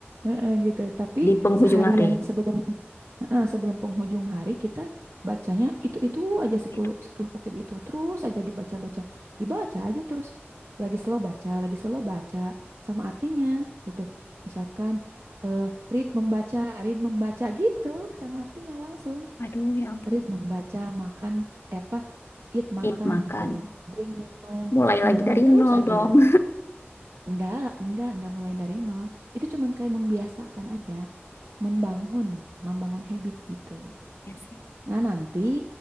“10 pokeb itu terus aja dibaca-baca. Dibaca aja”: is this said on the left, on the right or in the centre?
Right